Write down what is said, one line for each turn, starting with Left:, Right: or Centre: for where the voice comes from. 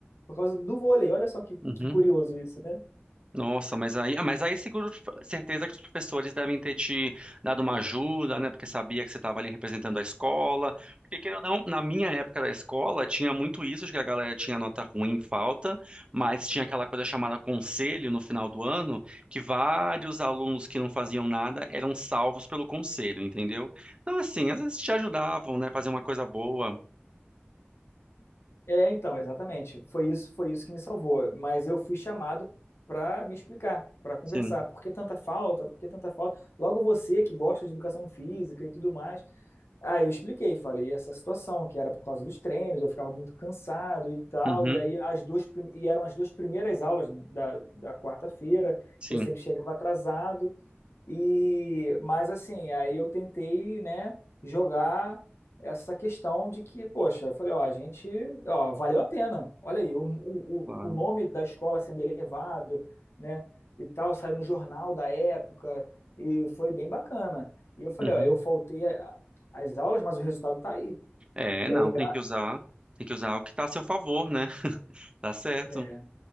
Left: por causa do vôlei. Olha só que,
Right: Uhum.
Left: que curioso isso, né?
Right: Nossa, mas aí, ah, mas aí é seguro, certeza que os professores devem ter te dado uma ajuda, né? Porque sabia que você estava ali representando a escola. Porque, queira ou não, na minha época da escola, tinha muito isso de que a galera tinha nota ruim, falta, mas tinha aquela coisa chamada conselho no final do ano, que vários alunos que não faziam nada eram salvos pelo conselho, entendeu? Então, assim, às vezes te ajudavam, né? Fazer uma coisa boa.
Left: É, então, exatamente. Foi isso, foi isso que me salvou. Mas eu fui chamado para me explicar, para conversar.
Right: Sim.
Left: Por que tanta falta? Por que tanta falta? Logo você que gosta de educação física e tudo mais. ah, eu expliquei, falei essa situação, que era por causa dos treinos, eu ficava muito cansado e tal.
Right: Uhum.
Left: E aí as duas, prim- e eram as duas primeiras aulas da, da quarta-feira.
Right: Sim,
Left: Eu sempre chegava atrasado. E, mas assim, aí eu tentei, né, jogar essa questão de que, poxa, eu falei, ó, a gente, ó, valeu a pena. Olha aí, o, o, o
Right: claro.
Left: o nome da escola sendo elevado, né, e tal, saiu no jornal da época e foi bem bacana. E eu falei,
Right: Uhum.
Left: ó, eu faltei a- as aulas, mas o resultado tá aí.
Right: É,
Left: E
Right: não,
Left: aí, gra-
Right: tem que usar, tem que usar o que está a seu favor, né? <laughs> Tá certo.
Left: é,